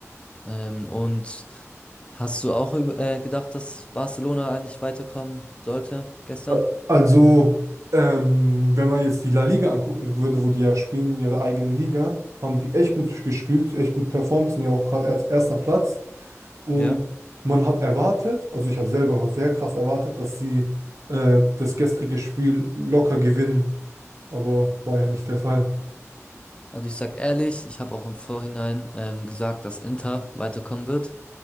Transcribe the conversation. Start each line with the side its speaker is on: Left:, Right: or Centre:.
Left: Ähm, und hast du auch über- äh, gedacht, dass Barcelona eigentlich weiterkommen sollte gestern?
Right: Äh, Also, ähm, wenn man jetzt die La Liga angucken würde, wo die ja spielen in ihrer eigenen Liga, haben die echt gut gespielt, echt gut performt, sind ja auch gerade erst- erster Platz. Und
Left: Ja.
Right: man hat erwartet, also ich habe selber sehr krass erwartet, dass sie äh, das gestrige Spiel locker gewinnen, aber war ja nicht der Fall.
Left: Also ich sag ehrlich, ich habe auch im Vorhinein ähm, gesagt, dass Inter weiterkommen wird,